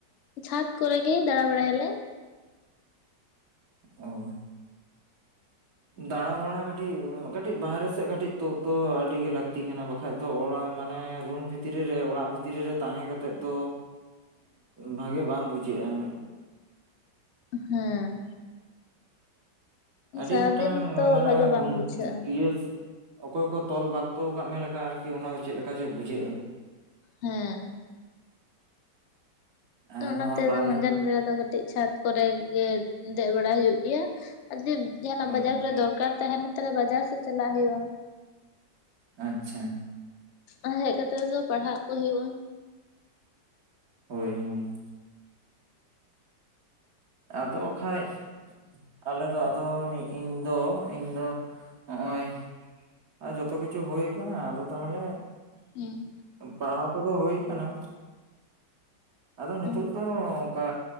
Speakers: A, on the left (about 70°); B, on the right (about 55°).
A: ᱪᱷᱟᱫᱽ ᱠᱚᱨᱮ ᱜᱮ ᱫᱟᱬᱟ ᱵᱟᱲᱟᱭᱟᱞᱮ᱾
B: ᱦᱚᱭ ᱫᱟᱬᱟ ᱵᱟᱲᱟ ᱠᱟᱹᱴᱤᱡ ᱠᱟᱹᱴᱤᱡ ᱵᱟᱦᱨᱮ ᱥᱮᱫ ᱠᱟᱹᱴᱤᱡ ᱛᱩᱫ ᱫᱚ ᱟᱹᱰᱤᱜᱮ ᱞᱟᱹᱠᱛᱤ ᱠᱟᱱᱟ᱾ ᱵᱟᱝᱠᱷᱟᱡ ᱫᱚ ᱚᱲᱟᱜ ᱢᱟᱱᱮ ᱨᱩᱢ ᱵᱷᱤᱛᱨᱤ ᱨᱮ ᱚᱲᱟᱜ ᱵᱷᱤᱛᱨᱤ ᱨᱮ ᱛᱟᱦᱮᱸ ᱠᱟᱛᱮᱫ ᱫᱚ ᱵᱷᱟᱜᱮ ᱵᱟᱝ ᱵᱩᱡᱷᱟᱹᱜᱼᱟ ᱢᱤᱫ
A: ᱦᱮᱸ
B: ᱟᱹᱰᱤ
A: ᱥᱟᱨᱟᱫᱤᱱ
B: ᱢᱤᱜᱴᱟᱝ
A: ᱛᱚ
B: ᱢᱟᱱᱮ
A: ᱵᱷᱟᱜᱮ ᱵᱟᱝ
B: ᱜᱩᱱ
A: ᱵᱩᱡᱷᱟᱹᱜᱼᱟ
B: ᱤᱭᱟᱹ ᱚᱠᱚᱭ ᱠᱚ ᱛᱚᱞ ᱵᱟᱠᱛᱚ ᱠᱟᱜ ᱢᱮ ᱞᱮᱠᱟ, ᱟᱨᱠᱤ ᱚᱱᱟ ᱫᱚ ᱪᱮᱜ ᱞᱮᱠᱟ ᱡᱮ ᱵᱩᱡᱷᱟᱹᱜᱼᱟ᱾
A: ᱦᱮᱸ
B: ᱟᱨ
A: ᱛᱚ ᱚᱱᱟ
B: ᱱᱚᱣᱟ
A: ᱛᱮᱫᱚ
B: ᱵᱟᱨ
A: ᱢᱟᱡᱟᱱ ᱵᱮᱲᱟ ᱫᱚ ᱠᱟᱹ ᱴᱤᱡ ᱪᱷᱟᱫ ᱠᱚᱨᱮ ᱜᱮ ᱫᱮᱡ ᱵᱟᱲᱟ ᱦᱩᱭᱩᱜ ᱜᱮᱭᱟ ᱟᱨ ᱡᱩᱫᱤ ᱡᱟᱦᱟᱱᱟᱜ
B: ᱦᱳᱭ
A: ᱵᱟᱡᱟᱨ ᱨᱮ ᱫᱚᱨᱠᱟᱨ ᱛᱟᱦᱮᱱᱟ ᱛᱟᱦᱮᱞᱮ ᱵᱟᱡᱟᱨ ᱥᱮᱫ ᱪᱟᱞᱟᱜ ᱦᱩᱭᱩᱜᱼᱟ᱾
B: ᱟᱪᱪᱷᱟ
A: ᱟᱨ ᱦᱮᱜ ᱠᱟᱛᱮᱜ ᱫᱚ ᱯᱟᱲᱦᱟᱜ ᱠᱚ ᱦᱩᱭᱩᱜᱼᱟ᱾
B: ᱦᱳᱭ ᱦᱳᱭ ᱟᱫᱚ ᱠᱟᱷᱟᱡ, ᱟᱞᱮ ᱫᱚ ᱟᱫᱚ, ᱢᱤᱜ ᱤᱧ ᱫᱚ ᱤᱧ ᱫᱚ ᱦᱚᱜᱼᱚᱭ᱾ ᱡᱚᱛᱚ ᱠᱤᱪᱷᱩ ᱦᱩᱭ ᱠᱟᱱᱟ ᱟᱫᱚ ᱛᱟᱦᱚᱸᱞᱮ
A: ᱦᱩᱸ
B: ᱯᱟᱲᱦᱟᱣ ᱠᱚᱫᱚ ᱦᱩᱭ ᱠᱟᱱᱟ, ᱟᱫᱚ ᱱᱤᱛᱚᱜ
A: ᱦᱮᱸ
B: ᱫᱚ ᱚᱝᱠᱟ